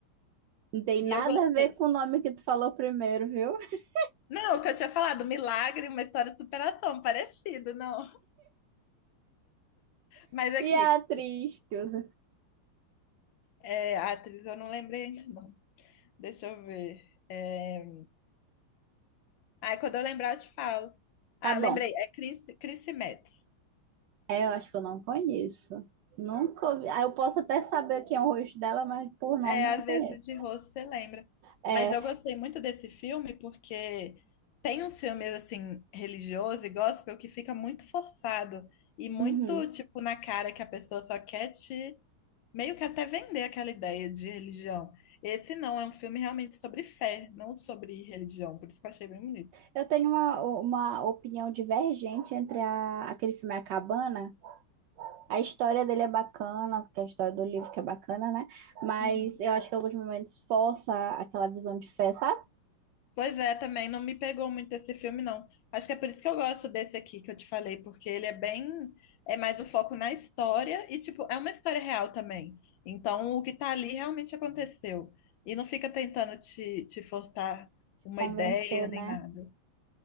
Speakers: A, on the right (about 75°); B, on the left (about 70°).
A: Não tem nada
B: E eu gostei.
A: a ver com o nome que tu falou primeiro, viu? <laughs>
B: Não, o que eu tinha falado, milagre, uma história de superação, parecido, não. Mas aqui,
A: E a atriz que usa.
B: É, a atriz eu não lembrei ainda, não. Deixa eu ver. É... Ah, quando eu lembrar, eu te falo. Ah,
A: Tá bom.
B: lembrei. É Chris, Chrissy Metz.
A: É, eu acho que eu não conheço. Nunca ouvi. Ah, eu posso até saber quem é o rosto dela, mas por nome
B: É,
A: eu
B: às
A: não conheço.
B: vezes de rosto você lembra.
A: É.
B: Mas eu gostei muito desse filme porque tem uns filmes, assim, religiosos e gospel que fica muito forçado e muito,
A: uhum.
B: tipo, na cara que a pessoa só quer te... Meio que até vender aquela ideia de religião. Esse não, é um filme realmente sobre fé, não sobre religião. Por isso que eu achei bem bonito.
A: Eu tenho uma, uma opinião divergente entre a, aquele filme A Cabana. A história dele é bacana, que é a história do livro que é bacana, né? Mas
B: Uhum.
A: eu acho que em alguns momentos força aquela visão de fé, sabe?
B: Pois é, também não me pegou muito esse filme, não. Acho que é por isso que eu gosto desse aqui que eu te falei, porque ele é bem, é mais o foco na história e, tipo, é uma história real também. Então, o que tá ali realmente aconteceu. E não fica tentando te, te forçar uma
A: Convencer,
B: ideia nem
A: né?
B: nada.